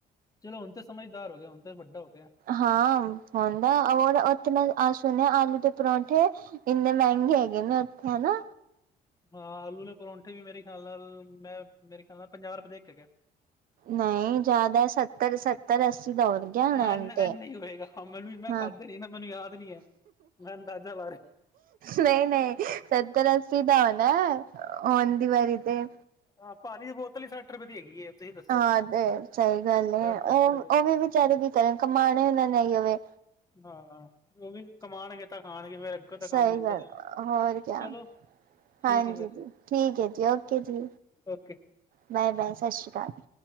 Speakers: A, on the left; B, on the right.
A: ਚਲੋ, ਹੁਣ ਤਾਂ ਸਮਝਦਾਰ ਹੋ ਗਿਆ। ਹੁਣ ਤੇ ਵੱਡਾ ਹੋ ਗਿਆ।
B: ਹਾਂ ਹੁਣ ਤੇ, ਹੋਰ ਉੱਥੇ ਮੈਂ ਸੁਣਿਆ ਆਲੂ ਦੇ ਪਰੋਂਠੇ ਇੰਨੇ ਮਹਿੰਗੇ ਹੈਗੇ ਨੇ, ਉੱਥੇ ਹਨਾ।
A: ਹਾਂ ਆਲੂ ਦੇ ਪਰੌਂਠੇ ਵੀ, ਮੇਰੇ ਖਿਆਲ ਨਾਲ, ਮੈਂ ਮੇਰੇ ਖਿਆਲ ਨਾਲ ਪੰਜਾਹ ਰੁਪਏ ਦਾ ਇੱਕ ਹੈਗਾ।
B: ਨਹੀਂ ਜ਼ਿਆਦਾ, ਸੱਤਰ-ਸੱਤਰ, ਅੱਸੀ ਦਾ ਹੋਣਾ
A: ਹਾਂ ਇੰਨਾ
B: ਹੁਣ ਤੇ
A: ਇੰਨਾ ਹੀ ਹੋਏਗਾ, ਮੈਨੂੰ ਮੈਂ
B: ਹਾਂ
A: ਖਾਧੇ ਨਹੀ ਨਾ ਮੈਨੂੰ ਯਾਦ ਨੀਂ ਹੈ ਮੈਂ ਅੰਦਾਜ਼ਾ ਲਾ ਰਿਹਾ
B: ਨਹੀਂ ਨਹੀਂ ਸੱਤਰ ਅੱਸੀ ਦਾ ਹੋ ਨਾ, ਉਹਂਦੀ ਵਾਰੀ ਤੇ।
A: ਹਾਂ, ਪਾਣੀ ਦੀ ਬੋਤਲ ਹੀ ਸੱਠ ਰੁਪਏ ਦੀ ਹੈਗੀ ਹੈ। ਤੁਸੀਂ ਦੱਸੋ
B: ਹਾਂ ਤੇ ਸਹੀ ਗੱਲ ਹੈ,
A: ਸਾਢੇ
B: ਉਹ
A: ਸੱਤਰ ਰੁਪਏ ਦੀ
B: ਉਹ ਵੀ ਵਿਚਾਰੇ ਵੀ ਕਰਨ ਕਮਾਣੇ ਉਹਨਾਂ ਨੇ ਏਹੀ ਵੇ
A: ਹਾਂ, ਉਹ ਵੀ ਕਮਉਣਗੇ ਤਾਂ ਖਾਣਗੇ ਫੇਰ ਤਾਂ
B: ਸਹੀ
A: ਕੰਮ ਮਿਲਦਾ
B: ਗੱਲ,
A: ਰਹਿਣਾ
B: ਹੋਰ ਕਿਆ
A: ਚਲੋ ਠੀਕ
B: ਹਾਂਜੀ,
A: ਹੈ
B: ਠੀਕ ਹੈ ਜੀ ਓਕੇ ਜੀ,
A: ਫਿਰ ਓਕੇ
B: ਬਾਏ-ਬਾਏ ਸਤਿ ਸ਼੍ਰੀ ਅਕਾਲ।